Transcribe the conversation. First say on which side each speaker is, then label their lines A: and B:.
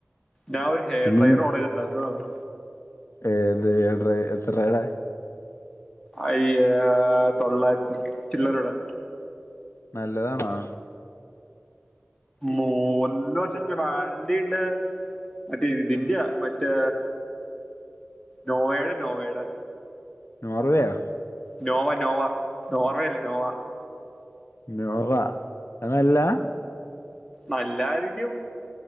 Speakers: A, on the left; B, on the left.
A: ഞാഒരു ഹെയർ
B: പിന്നെ
A: ഡ്രൈയർ ഓഡറെയിതിട്ടുണ്ട് അത്
B: ഏത്? ഏഡ്ര എത്രടെ?
A: അയ്യാ തൊള്ളായിരത്തി ചില്ലറേടെ.
B: നല്ലതാണോ?
A: മൂന്ന് വർഷല്ലെ വാരന്റിണ്ട്. മറ്റേ ഇത് ഇന്ത്യ മറ്റേ നോവേടെ, നോവേടെ.
B: നോർവേയോ?
A: നോവ, നോവ, നോർവേല്ല. നോവ.
B: നോവ അതല്ല.
A: നല്ലായിരിക്കും